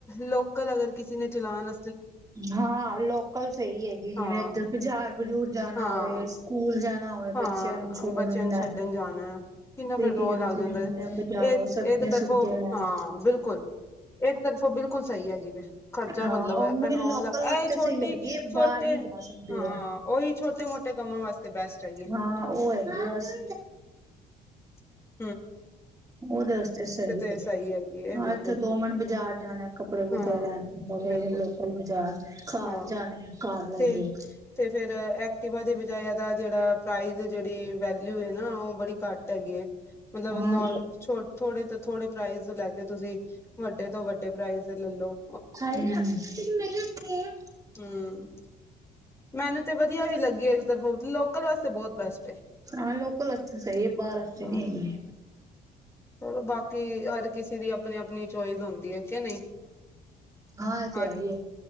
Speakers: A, on the left; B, on the right.
A: ਲੋਕ ਕਲ ਅਗਰ ਕਿਸੇ ਨੇ ਚਲਾਨ ਵਾ
B: ਹਾਂ ਲੋਕਲ ਸਹੀ ਹੈਗੀ ਜਿਵੇਂ
A: ਹਾਂ
B: ਇੱਧਰ ਬਾਜ਼ਾਰ ਬਜੂਰ ਜਾਣਾ
A: ਹਾਂ
B: ਹੋਵੇ ਸਕੂਲ ਜਾਣਾ ਹੋਵੇ।
A: ਹਾਂ
B: ਬੱਚਿਆਂ ਨੂੰ ਛੋੜਨ
A: ਬੱਚਿਆਂ ਨੂੰ
B: ਲੈਣ
A: ਛੱਡਣ ਜਾਣਾ, ਕਿੰਨਾ
B: ਪੇਟੀਐਮ
A: ਪੈਟਰੋਲ ਲੱਗ
B: ਤੇ
A: ਜਾਂਦਾ
B: ਜਾਣਾ
A: ਏ।
B: ਬਾਜ਼ਾਰੋਂ
A: ਇੱਕ-
B: ਸਬਜ਼ੀਆਂ
A: ਇੱਕ ਤਰਫੋ
B: ਸੁਬਜ਼ੀਆਂ ਲੈਣ
A: ਹਾਂ ਬਿਲਕੁਲ, ਇੱਕ ਤਰਫੋ ਬਿਲਕੁਲ ਸਹੀ ਹੈਗੀ ਏ। ਖ਼ਰਚਾ
B: ਹਾਂ
A: ਮਤਲਬ
B: ਉਹ
A: ਹੈ ਪੈਟਰੋਲ
B: ਲੋਕਲ
A: ਦਾ
B: ਵਾਸਤੇ
A: ਇਹ ਛੋਟੀ
B: ਸਹੀ ਹੈਗੀ
A: ਛੋਟੇ
B: ਬਾਹਰ ਨੀ ਜਾ ਸਕਦੀ
A: ਹਾਂ।
B: ਹੈ
A: ਉਹੀ ਛੋਟੇ ਮੋਟੇ ਕੰਮਾਂ ਵਾਸਤੇ ਬੈਸਟ- ਹੈਗੀ
B: ਹਾਂ ਉਹ ਹੈਗੀ ਬਸ
A: - <inaudible>
B: ਉਹਦੇ ਵਾਸਤੇ ਸਹੀ
A: ਤੇ
B: ਏ,
A: ਹੈਗੀ ਹੈ ਬਿਲਕੁਲ
B: ਇੱਥੇ ਦੋ ਮਿੰਟ ਬਾਜ਼ਾਰ ਜਾਣਾ। ਕੱਪੜੇ -ਕੁੂਪੜੇ
A: ਹਾਂ।
B: ਲੈਣੇ
A: ਬਿਲਕੁਲ
B: ਲਈ ਲੋਕਲ ਬਜ਼ਾਰ ਘਾਰ
A: ਹਾਂ
B: ਜਾਣਾ ਕਾਰ
A: ਤੇ
B: ਲੈਕੇ।
A: ਤੇ ਫੇਰ ਐਕਟੀਵਾ ਦੀ ਬਜਾਏ ਇਹਦਾ ਜਿਹੜਾ ਪ੍ਰਾਈਜ਼ ਜਿਹੜੀ ਵੈਲਿਊ ਹੈ ਨਾ ਉਹ ਬੜੀ ਘੱਟ ਹੈਗੀਏ ਮਤਲਬ
B: ਹਮ
A: ਨੋਰ ਥੋੜੇ ਤੋਂ ਥੋੜੇ ਪ੍ਰਾਈਜ਼ ਲੈ ਤੇ ਤੁਸੀਂ ਵੱਡੇ ਤੋਂ ਵੱਡੇ ਪ੍ਰਾਈਜ਼ ਲੈ ਲੋ।
B: ਹੂੰ।
A: ਹੂੰ, ਮੈਨੂੰ ਤੇ ਵਧੀਆ ਵੀ ਲੱਗੀ ਏਕ ਤਰਫ਼ੋਂ ਲੋਕਲ ਵਾਸਤੇ ਬੋਤ ਬੈਸਟ ਏ।
B: ਹਾਂ ਲੋਕਲ ਵਾਸਤੇ ਸਈ ਏ, ਬਾਰ ਵਸਤੇ
A: ਹਾਂ।
B: ਨੀ ਹੈਗੀ।
A: ਚਲੋ ਬਾਕੀ ਹਰ ਕਿਸੇ ਦੀ ਅਪਨੀ ਅਪਨੀ ਚੋਇਸ ਹੁੰਦੀ ਐ ਕਿ ਨਈ?
B: ਹਾਂ ਇਹ ਤੇ
A: ਹਰ,
B: ਹੈ ਹੀ ਹੈ।